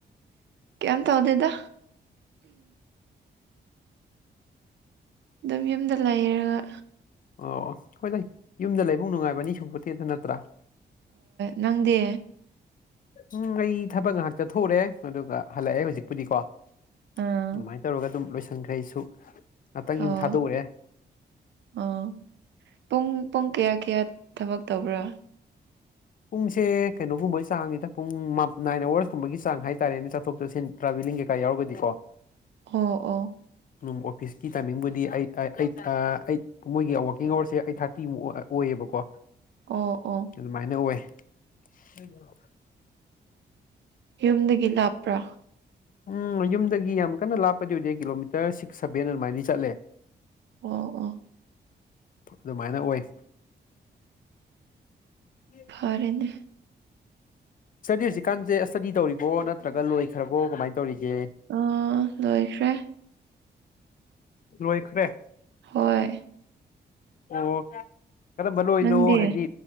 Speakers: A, on the right (about 85°); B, on the left (about 50°).
A: ꯀꯌꯥꯝ ꯇꯧꯗꯦꯗ ꯑꯗꯨꯝ ꯌꯨꯝꯗ ꯂꯩꯔꯒ
B: ꯑꯣ ꯑꯣ ꯍꯣꯏꯗ ꯌꯨꯝꯗ ꯂꯩꯕꯨꯡ ꯅꯨꯡꯉꯥꯏꯕꯅꯤ ꯁꯨꯡꯄꯇꯦꯗ ꯅꯠꯇ꯭ꯔꯥ
A: ꯅꯪꯗꯤ
B: ꯎꯝ ꯑꯩ ꯊꯕꯛ ꯉꯥꯛꯇ ꯊꯣꯛꯔꯦ ꯑꯗꯨꯒ ꯍꯜꯂꯛꯑꯦ ꯍꯧꯖꯤꯛꯄꯨꯗꯤꯀꯣ ꯑꯗꯨꯃꯥꯏꯅ
A: ꯑꯥ
B: ꯇꯧꯔꯒ ꯑꯗꯨꯝ ꯂꯣꯏꯁꯟꯈꯩꯁꯨ ꯉꯥꯛꯇꯪ ꯌꯨꯝ
A: ꯑꯣ
B: ꯊꯥꯗꯣꯛꯎꯔꯦ
A: ꯑꯣ ꯄꯨꯡ ꯄꯨꯡ ꯀꯌꯥ ꯀꯌꯥ ꯊꯕꯛ ꯇꯧꯕ꯭ꯔꯥ
B: ꯄꯨꯡꯁꯦ ꯀꯩꯅꯣꯒꯨꯝꯕꯒꯤ ꯆꯥꯡꯅꯤꯗ ꯄꯨꯡ ꯅꯥꯏꯟ ꯑꯋꯥꯔꯁꯀꯨꯝꯕꯒꯤ ꯆꯥꯡ ꯍꯥꯏꯇꯥꯔꯦꯅꯦ ꯆꯠꯊꯣꯛ ꯆꯠꯁꯤꯟ ꯇ꯭ꯔꯥꯚꯦꯂꯤꯡ ꯀꯩꯀꯥ ꯌꯥꯎꯔꯒꯗꯤꯀꯣ
A: ꯑꯣ ꯑꯣ
B: ꯑꯗꯨ ꯑꯣꯐꯤꯁꯀꯤ ꯇꯥꯏꯃꯤꯡꯕꯨꯗꯤ ꯑꯩꯠ ꯑꯩꯠ ꯑꯩꯠ ꯃꯣꯏꯒꯤ ꯋꯥꯔꯀꯤꯡ ꯑꯋꯥꯔꯁꯦ ꯑꯩꯠ ꯊꯥꯔꯇꯤꯃꯨꯛ ꯑꯣꯏꯌꯦꯕꯀꯣ
A: ꯑꯣ ꯑꯣ
B: ꯑꯗꯨꯃꯥꯏꯅ ꯑꯣꯏ <unintelligible>
A: ꯌꯨꯝꯗꯒꯤ ꯂꯥꯞꯄ꯭ꯔꯥ
B: ꯎꯝ ꯌꯨꯝꯗꯒꯤ ꯌꯥꯝ ꯀꯟꯅ ꯂꯥꯞꯄꯗꯤ ꯑꯣꯏꯗꯦ ꯀꯤꯂꯣꯃꯤꯇꯔ ꯁꯤꯛꯁ ꯁꯚꯦꯟ ꯑꯗꯨꯃꯥꯏꯅ ꯆꯠꯂꯦ
A: ꯑꯣ ꯑꯣ
B: ꯑꯗꯨꯃꯥꯏꯅ ꯑꯣꯏ ꯗꯤ
A: ꯐꯔꯦꯅꯦ
B: ꯍꯧꯖꯤꯛꯀꯥꯟꯁꯦ ꯏꯁꯇꯗꯤ ꯇꯧꯔꯤ ꯕꯣ ꯅꯠꯇ꯭ꯔꯒ ꯂꯣꯏꯈ꯭ꯔꯕꯣ ꯀꯃꯥꯏꯅ ꯇꯧꯔꯤꯒꯦ
A: ꯑꯥ ꯂꯣꯏꯈ꯭ꯔꯦ
B: ꯂꯣꯏꯈꯔꯦ
A: ꯍꯣꯏ
B: ꯑꯣ ꯀꯔꯝꯕꯅꯅꯣ
A: ꯅꯪꯗꯤ
B: ꯍꯥꯏꯗꯤ